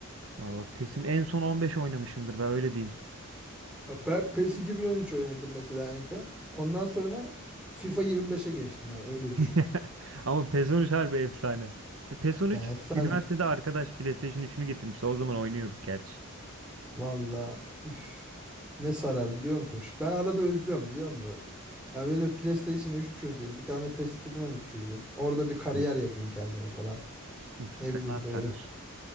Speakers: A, on the right; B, in the centre.
A: Valla PES'in en son 15 oynamışımdır ben öyle diyeyim.
B: Ya ben PES 2013 oynadım mesela en son. Ondan sonra FIFA 25'e geçtim ben öyle
A: <laughs>
B: düşün.
A: Ama PES 13 harbi efsane. E, PES on
B: Yani
A: üç
B: efsane.
A: üniversitede arkadaş PlayStation üçünü getirmişti. O zaman oynuyorduk gerçi.
B: Valla üf, ne sarar biliyor musun? Şu- Ben arada özlüyorum biliyor musun? Ya böyle PlayStation 3 çözeyim. Bir tane PES 2013 çözeyim. Orada bir kariyer
A: Ay.
B: yapayım kendime falan.
A: Uf
B: Ne
A: fena
B: bileyim böyle.
A: sarar.